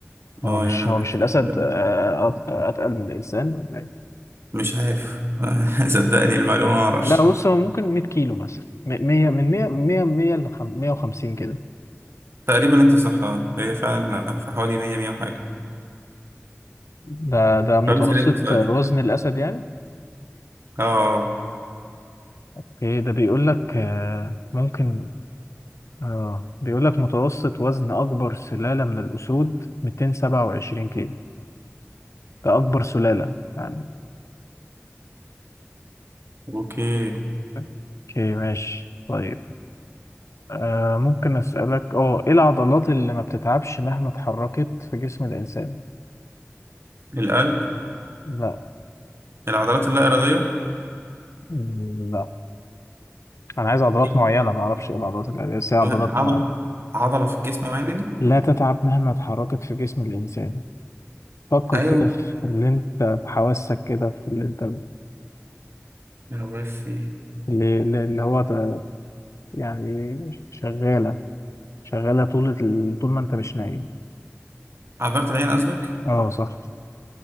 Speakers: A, on the right; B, on the left.
A: اه
B: هو مش
A: يعني أنا
B: هو
A: حاسس-
B: مش الأسد آه أت- أتقل من الإنسان ولا إيه؟
A: مش عارف <laughs> صدقني المعلومه ما اعرفش
B: لا بص هو ممكن 100 كيلو مثلا م- 100 من 100 100 100 ل 150 كده
A: تقريبا انت صح آه. هي فعلا في حوالي 100 100 وحاجه
B: ده ده متوسط
A: طب اسال انت سؤال
B: وزن الأسد يعني
A: اه آه.
B: أوكي، ده بيقول لك آه ممكن اه بيقول لك متوسط وزن اكبر سلالة من الاسود 227 كيلو ده اكبر سلالة يعني
A: اوكي
B: اوكي ماشي طيب آه ممكن اسالك اه ايه العضلات اللي ما بتتعبش مهما اتحركت في جسم الانسان
A: القلب
B: لا
A: العضلات اللا اراديه
B: مم، لا انا عايز عضلات
A: أيوة.
B: معينة ما اعرفش ايه العضلات اللي بس هي عضلات
A: عضله
B: معينة
A: عضله في الجسم معينه يعني
B: لا تتعب مهما اتحركت في جسم الانسان فكر
A: ايوه
B: كده في اللي انت بحواسك كده في اللي انت
A: يا ربي.
B: اللي, اللي هو ت- يعني شغالة شغالة طول ال... طول ما انت مش نايم
A: عضلات العين قصدك
B: اه صح